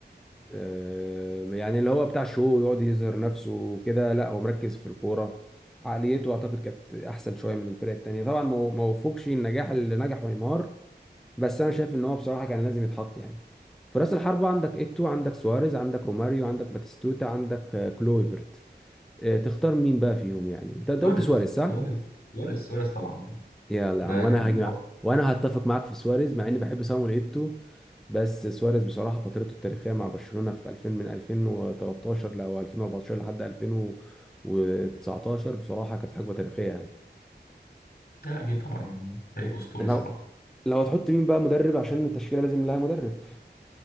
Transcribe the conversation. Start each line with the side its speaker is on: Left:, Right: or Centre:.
Centre: آه، يعني اللي هو بتاع شو يقعد يظهر نفسه وكده لا هو مركز في الكوره عقليته اعتقد كانت احسن شويه من الفرق التانيه طبعا ما ما وفقش النجاح اللي نجحه نيمار بس انا شايف ان هو بصراحه كان لازم يتحط يعني في راس الحربه عندك ايتو عندك سواريز عندك روماريو عندك باتيستوتا عندك آه، كلويفرت إيه، تختار مين بقى فيهم يعني انت انت
Left: سواريز
Centre: قلت سواريز صح
Left: سواريز سواريز سواريز طبعا يعني
Centre: يلا
Left: ده
Centre: يا عم وانا
Left: الهداف
Centre: هاجي مع...
Left: اصلا
Centre: وانا هتفق معاك في سواريز مع اني بحب سامويل ايتو بس سواريز بصراحه فترته التاريخيه مع برشلونه في 2000 من 2013 لو 2014 لحد 2019 بصراحه كانت حقبه تاريخيه يعني
Left: لا اكيد طبعا يعني فريق اسطوري
Centre: لو
Left: الصراحه
Centre: لو هتحط مين بقى مدرب عشان التشكيله لازم لها مدرب